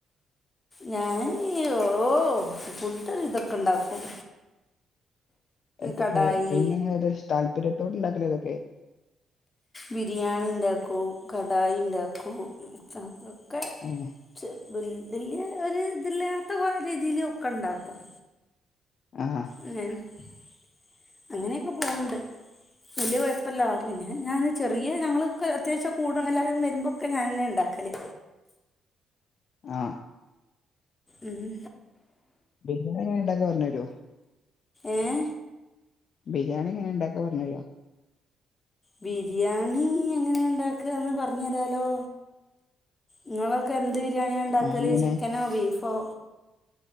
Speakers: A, on the left; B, on the left.
A: ഞാന് ഈ ഓഹ് ഫുഡ് ഒര് വിധോക്കെ ഇണ്ടാക്കും
B: എത്തക്കേ
A: കടായി
B: പിന്നെ ഇങ്ങള് ഏതാ താല്പര്യത്തോട് ഇണ്ടാക്കല് ഏതൊക്കെ
A: ബിരിയാണി ഇണ്ടാക്കും കടായി ഇണ്ടാക്കും <unintelligible> ഒക്കെ
B: ഏഹ്
A: ചെ വെല് വല്ല്യ ഒരു ഇതില്ലാത്തപോലെ രീതിലൊക്കെ ഇണ്ടാക്കും
B: ആഹ്
A: <unintelligible> അങ്ങനെയൊക്കെ പോവ്ണ്ട് വലിയ കൊയപ്പല്ല പിന്നെ ഞാന് ചെറിയ ഞങ്ങളൊക്കെ അത്യാവശ്യം കൂടാ എല്ലാരും വര്മ്പോ ക്കെ ഞാനെന്നെ ഇണ്ടാക്കല്
B: ആഹ്
A: ഉംഉം
B: ബിരിയാണി എങ്ങനെ ഇണ്ടാക്ക പറഞ്ഞെരോ
A: ഏഹ്
B: ബിരിയാണി എങ്ങനെ ഇണ്ടാക്കാ പറഞ്ഞെരോ
A: ബിരിയാണി എങ്ങനെ ഇണ്ടാക്കാന്ന് പറഞ്ഞെരാലോ ഇങ്ങളൊക്കെ എന്ത് ബിരിയാണിയാ ഇണ്ടാക്കല്
B: ആഹ് അങ്ങനെ
A: ചിക്കനോ ബീഫോ